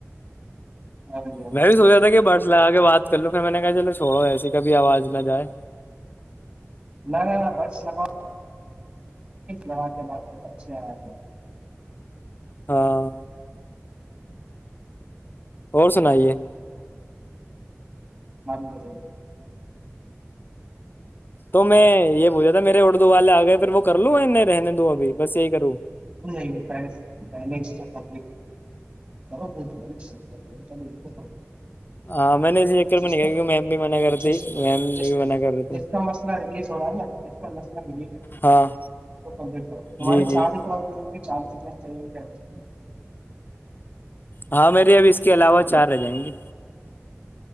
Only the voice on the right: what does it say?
ہاں جی ہاں
جی
نہ نہ بٹس لگاؤ لگا کے ب اچھے آئے
مملہ
<unintelligible> ب کر <inaudible>
ج
ج جس
کا مسئلہ ریلیز ہو رہا ہے نا جس کا مسئلہ ریلیز ہو رہا ہے
وہ کمپٹ ہو رہا تمہارے
چار
چالیس کک چل ج